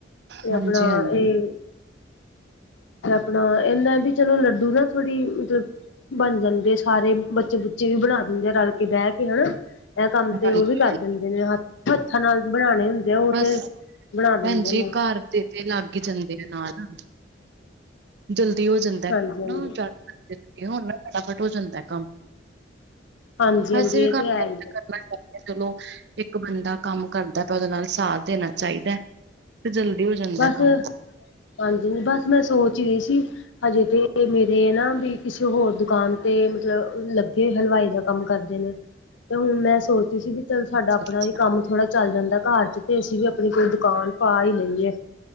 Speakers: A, on the left; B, on the right.
A: ਤੇ
B: ਹਾਂਜੀ-ਹਾਂਜੀ,
A: ਆਪਣਾ ਇਹ ਤੇ ਆਪਣਾ ਏਹਨਾ ਵੀ ਚਲੋ ਲੱਡੂ ਨਾ ਥੋੜ੍ਹੀ ਮਤਲਬ ਬਨ ਜਾਂਦੇ ਸਾਰੇ, ਬੱਚੇ ਬੁੱਚੇ ਵੀ ਬਣਾ ਜੇ ਰਲ ਕੇ, ਬੈਹਿ ਕੇ ਹਨਾ ਏਹ ਕੰਮ ਤੇ
B: ਹਾਂਜੀ
A: ਓਹ ਵੀ ਕਰ ਦਿੰਦੇ ਨੇ ਹੱਥ ਤੇ ਹੱਥਾਂ ਨਾਲ ਬਣਾ ਲੈਂਦੇ ਓਹ
B: ਬਸ
A: ਤੇ ਬਣਾ ਦਿੰਦੇ
B: ਭੈਣਜੀ
A: ਨੇ।
B: ਘਰ ਦੇ ਤੇ ਲੱਗ ਈ ਜਾਂਦੇ ਨੇ ਨਾਲ ਹੂ ਜਲਦੀ ਹੋ ਜਾਂਦਾ ਏ
A: ਹਾਂਜੀ ਹਾਂਜੀ
B: ਕਾਮ ਨਾ ਹੁਣ ਫਟਾਫਟ ਹੋ ਜਾਂਦਾ ਏ ਕੰਮ
A: ਹਾਂਜੀ
B: ਵੈਸੇ
A: ਹਾਂਜੀ
B: ਵੀ
A: ਇਹ
B: ਕੰਮ
A: ਹੈ
B: ਮੈਹੀ
A: ਹੀ
B: ਤੇ
A: ਹੈ
B: ਕਰਨਾ ਏ। ਮੈ ਕਿਹਾ ਚਲੋ ਏਕ ਬੰਦਾ ਕੰਮ ਕਰਦਾ ਪਯਾ ਏ, ਓਹਦੇ ਨਾਲ ਸਾਥ ਦੇਨਾ ਚਾਹੀਦਾ ਐ। ਤੇ ਜਲਦੀ ਹੋ ਜਾਂਦਾ
A: ਬਸ
B: ਕੰਮ
A: ਹਾਂਜੀ ਬਸ ਮੈਂ ਸੋਚ ਹੀ ਰਹੀ ਸੀ ਹਜੇ ਤੇ ਮੇਰੇ ਨਾ ਵੀ ਕਿਸੇ ਹੋਰ ਦੁਕਾਨ ਤੇ ਮਤਲਬ ਲੱਗੇ ਹਲਵਾਈ ਦਾ ਕੰਮ ਕਰਦੇ ਨੇ ਤੇ ਹੁਣ ਮੈਂ ਸੋਚਦੀ ਸੀ ਵੀ ਚਲ ਸਾਡਾ
B: ਅੱਛਾ-ਅੱਛਾ
A: ਆਪਣਾ ਵੀ ਕੰਮ ਥੋੜਾ ਚੱਲ ਜਾਂਦਾ ਘਰ ਚ ਤੇ ਅਸੀਂ ਵੀ ਆਪਣੀ ਕੋਈ ਦੁਕਾਨ ਪਾ ਹੀ ਲਈਏ